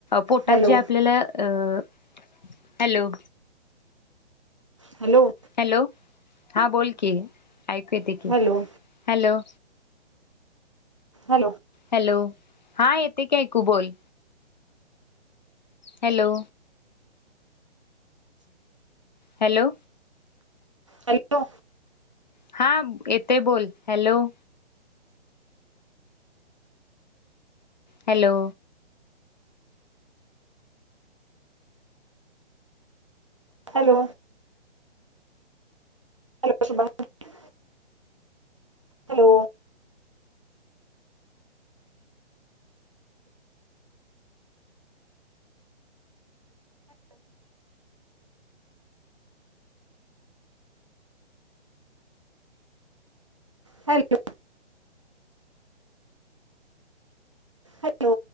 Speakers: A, on the left; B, on the right.
A: पोटात
B: हॅलो
A: जे आपल्याला अं हॅलो
B: हॅलो
A: हॅलो, हा बोलकी, ऐकू येत, की
B: हॅलो
A: हॅलो,
B: हॅलो
A: हॅलो हा येतयं, की ऐकू बोल. हॅलो हॅलो
B: हॅलो
A: हा येतयं बोल, हॅलो हॅलो,
B: हॅलो हॅ <unintelligible> हॅलो हॅलो हॅलो